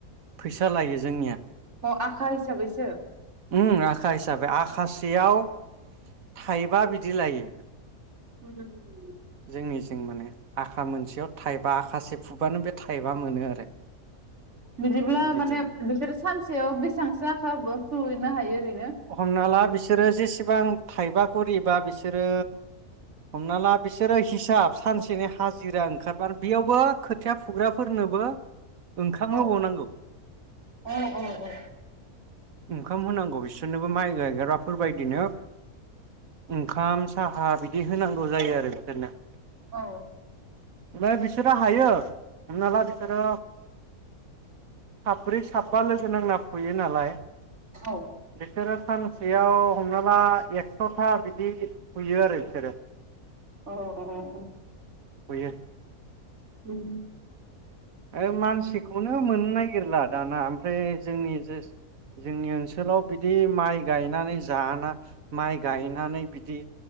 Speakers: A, on the right; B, on the right.
A: फैसा लायो जोंनिया
B: अ आखा हिसाबैसो
A: उम आखा हिसाबै आखासेयाव थाइबा बिदि लायो।
B: <inaudible>
A: जोंनि जों माने आखा मोनसेयाव थाइबा आखासे फुबानो बे थाइबा मोनो आरो
B: बिदिब्ला
A: बिदि
B: माने बिसोरो सानसेयाव बेसेबांसो आखा फुहैनो हायो <unintelligible>
A: हमना ला बिसोरो जेसेबां थाइबा करिबा बिसोरो हमना ला बिसोरो हिसाब सानसेनि हाजिरा ओंखारबानो बेयावबो खोथिया फुग्राफोरनोबो ओंखाम
B: औ
A: होबावनांगौ
B: औ औ औ
A: ओंखाम होनांगौ बेसो सोरनोबो माइ गायग्राफोरबायदिनो ओंखाम साहा बिदि होनांगौ जायो आरो बिसोरनो
B: औ
A: ओमफाय बिसोरो हायो हमना ला बिसोरो साब्रै थाबा लोगो नांना फुयो नालाय
B: औ
A: बिसोरो सानसेयाव हमनो ला एक्स'था बिदि सुयो आरो बिसोरो
B: अ अ
A: गयो
B: उम
A: ओ मानसिखौनो मोननो नागिरला दाना ओमफ्राय जोंनि जोंनि ओनसोलाव बिदि माइ गायनानै जाना माइ गायनानै बिदि